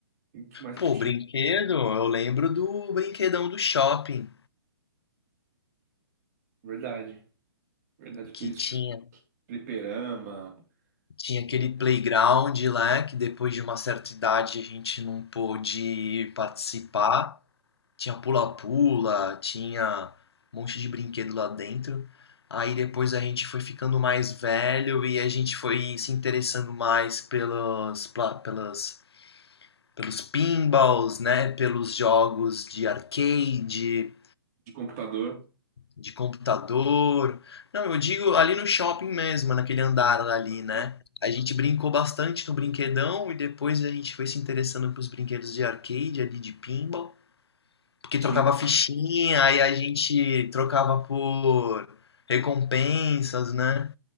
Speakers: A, on the right (about 40°); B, on the left (about 85°).
A: O que mais
B: pô,
A: que tinha?
B: brinquedo, eu lembro do brinquedão do shopping,
A: Verdade. Verdade. Aqueles
B: que tinha,
A: chu- fliperama,
B: tinha aquele
A: é,
B: playground lá, que depois de uma certa idade a gente não pôde participar, Tinha pula-pula, tinha um monte de brinquedo lá dentro. Aí depois a gente foi ficando mais velho e a gente foi se interessando mais pelos, pla- pelas, pelos pinballs, né? Pelos jogos de arcade,
A: de computador.
B: de computador. Não, eu digo ali no shopping mesmo, naquele andar ali, né?
A: Sim.
B: A gente brincou bastante no brinquedão e depois a gente foi se interessando pelos brinquedos de arcade ali, de pinball. Porque
A: Tinha.
B: trocava fichinha, aí a gente trocava por recompensas, né?